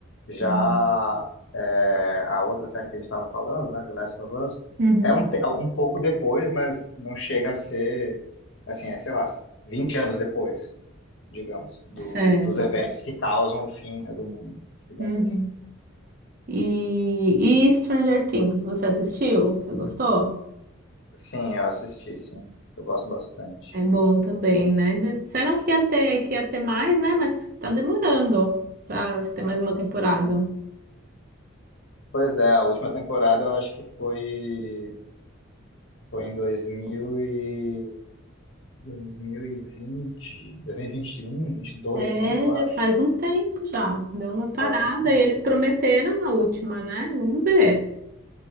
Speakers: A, on the left; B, on the right.
A: Já
B: Ah,
A: é, a outra série que a gente estava falando, né, The Last of Us,
B: uhum.
A: é um, te- um pouco depois, mas não chega a ser, assim, é, sei lá, 20 anos depois, digamos, do-
B: Certo.
A: dos eventos que causam o fim, né, do mundo, digamos
B: Uhum.
A: assim.
B: E, e Stranger Things, você assistiu? Você gostou?
A: Sim, eu assisti, sim. Eu gosto bastante.
B: É, é bom também, né? Disseram que ia ter, que ia ter mais, né? Mas tá demorando pra ter mais uma temporada.
A: Pois é, a última temporada eu acho que foi, foi em 2000 e, dois dois mil mil e e e vinte, vinte um, dois mil e vinte e dois,
B: É,
A: né? Eu acho.
B: já faz um tempo já. Deu uma parada
A: Faz um tempo,
B: e eles prometeram a última, né? Vamos ver.